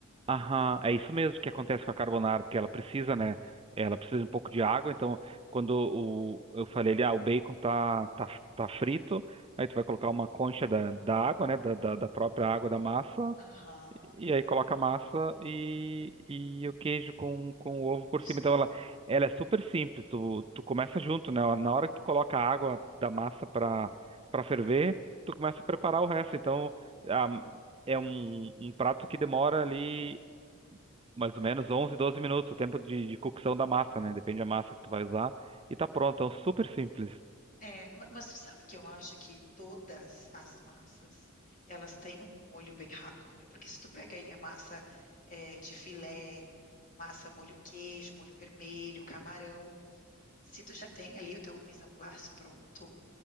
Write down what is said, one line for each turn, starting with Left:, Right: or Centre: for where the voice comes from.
Right: Aham,
Left: Eu-
Right: é isso mesmo que acontece com a carbonara, porque ela precisa, né? Ela precisa de um pouco de água, então quando o, eu falei ali, ah, o bacon tá, tá, tá frito, aí tu vai colocar uma concha da, da água, né? Da, da, da própria água da massa,
Left: Aham.
Right: e aí coloca a massa e,
Left: Ah,
Right: e o queijo com, com o ovo por
Left: super.
Right: cima. Então ela, ela é super simples, tu, tu começa junto, né? Na hora que tu coloca a água da massa para para ferver, tu começa a preparar o resto. Então, a, é um, um prato que demora ali mais ou menos 11, 12 minutos, o tempo de, de cocção da massa, né? Depende da massa que tu vai usar. E tá pronto, é um super simples.
Left: É, ma- mas tu sabe que eu acho que todas as massas, elas têm um molho bem rápido, né? Porque se tu pega aí a massa é, de filé, massa molho queijo, molho vermelho, camarão, se tu já tem ali o teu mise en place pronto,